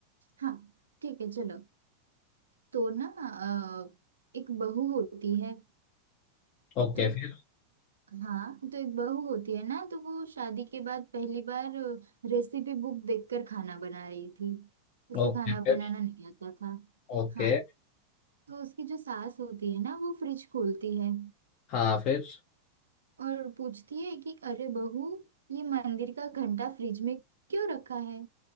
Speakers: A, on the right; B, on the left.
A: हाँ ठीक है चलो तो ना अ, एक बहू होती है
B: ओके
A: तो
B: फिर
A: हाँ तो एक बहू होती है ना तो वो शादी के बाद पहली बार रेसिपी बुक देखकर खाना बना रही थी उसे
B: ओके
A: खाना
B: फिर
A: बनाना नहीं आता था
B: ओके
A: हाँ तो उसकी जो सास होती है ना वो फ्रिज खोलती है
B: हाँ फिर
A: और पूछती है कि अरे बहू ये मंदिर का घंटा फ्रिज में क्यों रखा है